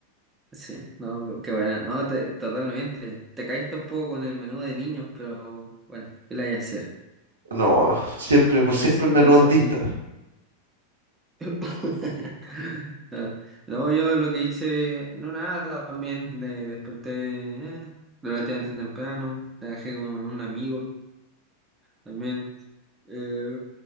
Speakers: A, on the right; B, on the right.
A: sí. no, qué buena. No, te- totalmente. Te caíste un poco con el menú de niños, pero bueno, ¿qué le hay a hacer?
B: No, siempre, por
A: Con
B: siempre
A: eso,
B: el menú
A: con esos
B: autista.
A: <laughs> Ah, No, yo lo que hice, no nada, también me desperté eh, relativamente temprano, trabajé con un amigo también, eh,